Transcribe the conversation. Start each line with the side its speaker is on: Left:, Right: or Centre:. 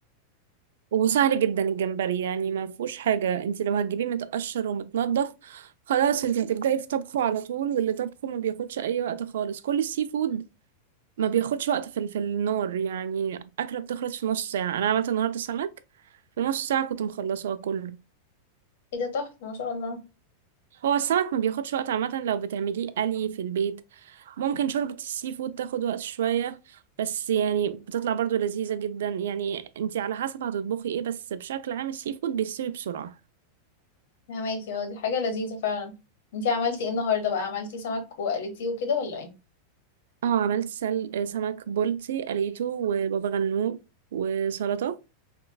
Right: وسهل جدا الجمبري يعني ما فيهوش حاجه انتي لو هتجيبيه متقشر ومتنضف خلاص انتي هتبداي في طبخه على طول واللي طبخه ما بياخدش اي وقت خالص كل السي فود ما بياخدش وقت في في النار يعني أكلة بتخلص في نص ساعة أنا عملت النهاردة سمك في نص ساعة كنت مخلصاه كله
Left: ايه ده تحفه ما شاء الله
Right: هو السمك ما بياخدش وقت عامة لو بتعمليه قلي في البيت ممكن شوربة السي فود تاخد وقت شوية بس يعني بتطلع برضو لذيذة جدا يعني انتي على حسب هتطبخي ايه بس بشكل عام السي فود بيستوي بسرعة
Left: فهماكي اه دي حاجه لذيذه فعلا انتي عملتي ايه النهارده بقى عملتي سمك وقلتيه وكده ولا ايه
Right: اه عملت سل... سمك بولتي قليته وبابا غنوج وسلطة